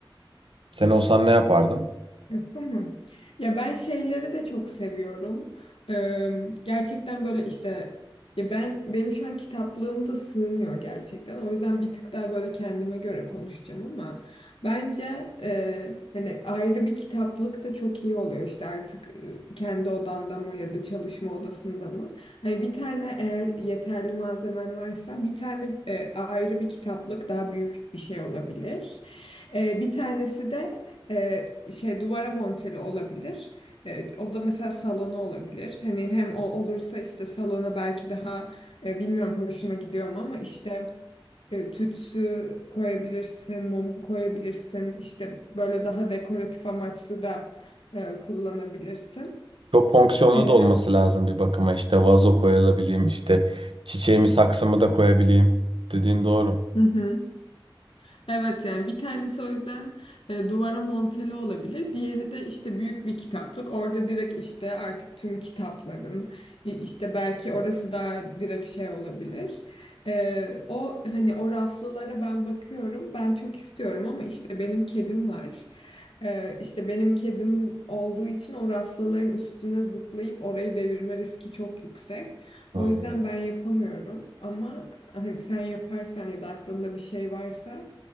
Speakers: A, on the right; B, on the left.
A: sen olsan ne yapardın?
B: Yapamam. Ya ben şeyleri de çok seviyorum. Ee, gerçekten böyle işte ya ben benim şu an kitaplığım da sığmıyor gerçekten. O yüzden bir tık daha böyle kendime göre konuşacağım ama bence e, hani ayrı bir kitaplık da çok iyi oluyor. İşte artık e, kendi odanda mı ya da çalışma odasında mı? Hani bir tane eğer yeterli malzemen varsa bir tane e, ayrı bir kitaplık daha büyük bir şey olabilir. E, bir tanesi de e, şey duvara monteli olabilir. E, o da mesela salona olabilir. Hani hem o olursa işte salona belki daha e, bilmiyorum hoşuna gidiyor mu ama işte e, tütsü koyabilirsin, mum koyabilirsin. İşte böyle daha dekoratif amaçlı da e, kullanabilirsin.
A: Çok fonksiyonlu
B: E,
A: da olması lazım bir bakıma. İşte vazo koyabileyim, işte çiçeğimi saksımı da koyabileyim. Dediğin doğru.
B: hı hı. Evet yani bir tanesi o yüzden e, duvara monteli olabilir. Diğeri de işte büyük bir kitaplık. Orada direkt işte artık tüm kitapların i- işte belki orası daha direkt şey olabilir. E, o hani o raflılara ben bakıyorum. Ben çok istiyorum ama işte benim kedim var. E, işte benim kedim olduğu için o raflıların üstüne zıplayıp orayı devirme riski çok yüksek. O
A: Hmm.
B: yüzden ben yapamıyorum ama hani sen yaparsan ya da aklında bir şey varsa